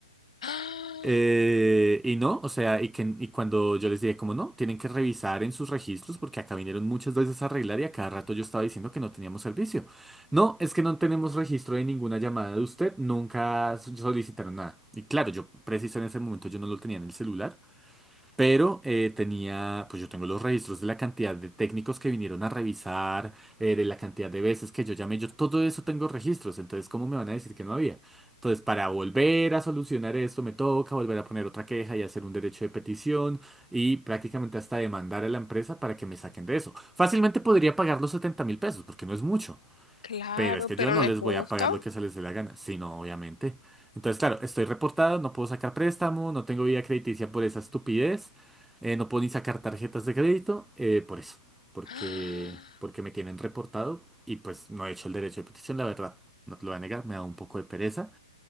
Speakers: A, on the left; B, in the centre.
A: <gasps> Ah,
B: Eh, y no, o sea, y, que, y cuando yo les dije, como no, tienen que revisar en sus registros porque acá vinieron muchas veces a arreglar y a cada rato yo estaba diciendo que no teníamos servicio. No, es que no tenemos registro de ninguna llamada de usted, nunca so- solicitaron nada. Y claro, yo preciso en ese momento yo no lo tenía en el celular. Pero eh, tenía, pues yo tengo los registros de la cantidad de técnicos que vinieron a revisar, eh, de la cantidad de veces que yo llamé, yo todo eso tengo registros, entonces ¿cómo me van a decir que no había? Entonces, para volver a solucionar esto, me toca volver a poner otra queja y hacer un derecho de petición y prácticamente hasta demandar a la empresa para que me saquen de eso. Fácilmente podría pagar los 70 mil pesos, porque no es mucho.
A: Claro,
B: Pero es que
A: pero
B: yo no
A: no
B: les
A: es justo.
B: voy a pagar lo que se les dé la gana, sino obviamente. Entonces, claro, estoy reportado, no puedo sacar préstamo, no tengo vida crediticia por esa estupidez, eh, no puedo ni sacar tarjetas de crédito, eh, por eso, porque,
A: <gasps>
B: porque me tienen reportado y pues no he hecho el derecho de petición, la verdad, no te lo voy a negar, me da un poco de pereza,